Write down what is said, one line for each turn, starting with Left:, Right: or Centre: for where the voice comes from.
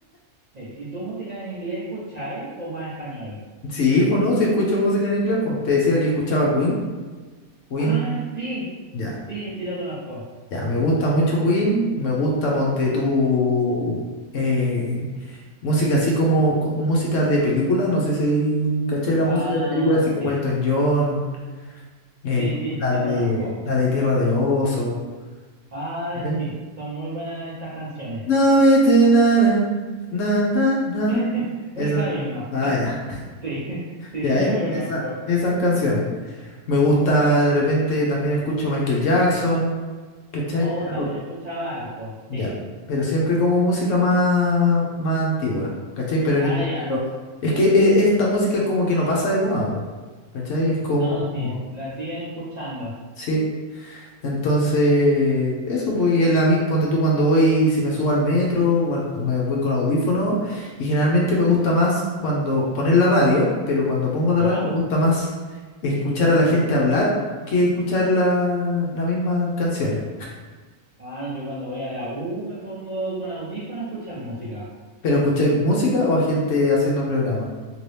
Right: Sí. ¿Y tú música en inglés escucháis o más español?
Left: <laughs> Sí, pues no, se escucha música en inglés, pues. Te decía que escuchaba Queen. Queen,
Right: Ah, sí,
Left: ya.
Right: sí, sí lo conozco.
Left: Ya, me gusta mucho Queen, me gusta, ponte tú, eh, música así como, como música de película, no sé si cacháis la
Right: Ah,
Left: música de película, así como
Right: sí,
Left: Elton John, eh,
Right: sí, sí,
Left: la
Right: sí
Left: de,
Right: conozco.
Left: la de Tierra de Oso.
Right: Ay,
Left: ¿eh?
Right: sí, son muy buenas esas canciones.
Left: No vete, na, na, na, na, na.
Right: <laughs>
Left: Esa,
Right: Esa misma.
Left: ah,
Right: <laughs>
Left: ya,
Right: Sí, sí,
Left: ya,
Right: sí la
Left: e-
Right: conozco.
Left: esa- esas canciones. Me gusta, de repente también escucho Michael Jackson, ¿cachai?
Right: Oh,
Left: Pero
Right: también escuchaba harto,
Left: Ya,
Right: sí.
Left: pero siempre como música más, más antigua, ¿cachai? Pero
Right: Ah,
Left: en inglés,
Right: ya.
Left: pero es que e- esta música es como que no pasa de moda, po, ¿cachai? Es como,
Right: No, sí,
Left: como-
Right: la siguen escuchando.
Left: sí, entonces, eso, pues, y es la, mi- ponte tú cuando voy, si me subo al metro, bueno, me voy con audífono, y generalmente me gusta más cuando poner la radio, pero cuando pongo la
Right: ¿Ya?
Left: radio me gusta más escuchar a la gente hablar que escuchar la, las mismas canciones.
Right: Ah, yo cuando voy a la U me pongo con audífono a escuchar música.
Left: ¿Pero escucháis música o a gente haciendo programas?